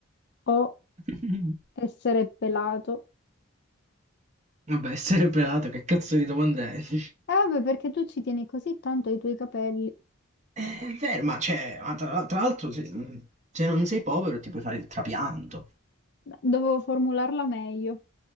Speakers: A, on the left; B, on the right.
A: o
B: <laughs>
A: essere pelato?
B: Vabbè, essere pelato, che cazzo di domanda è? <laughs>
A: Eh vabbè, perché tu ci tieni così tanto ai tuoi capelli.
B: Eh, È vero, ma, cioè, ma tra, tra l'altro se, se non sei povero ti puoi fare il trapianto.
A: Dovevo formularla meglio.